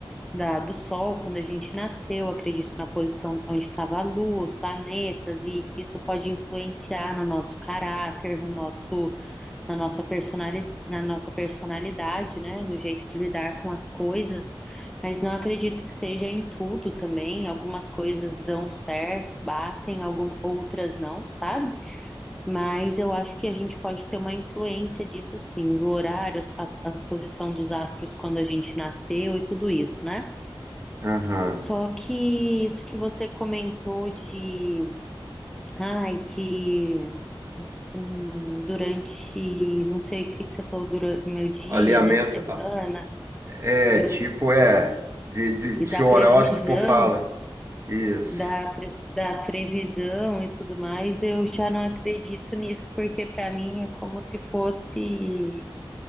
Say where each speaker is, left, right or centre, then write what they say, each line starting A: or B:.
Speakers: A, in the centre; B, on the right.
A: da, do Sol, quando a gente nasceu, acredito na posição onde estava a Lua, os planetas, e que isso pode influenciar no nosso caráter, no nosso, na nossa personali, na nossa personalidade, né? No jeito de lidar com as coisas, mas não acredito que seja em tudo também. Algumas coisas dão certo, batem, algum, outras não, sabe? Mas eu acho que a gente pode ter uma influência disso sim, do horário, a, a posição dos astros quando a gente nasceu e tudo isso, né?
B: Aham.
A: Só que isso que você comentou de, ai, que hum, durante, não sei o que que você falou, durante meu dia,
B: Alinhamento
A: minha semana,
B: ah, é
A: eu,
B: tipo, é, de, de,
A: e
B: de
A: da
B: seu horóscopo
A: previsão,
B: fala. Isso.
A: da, pre- da previsão e tudo mais, eu já não acredito nisso, porque para mim é como se fosse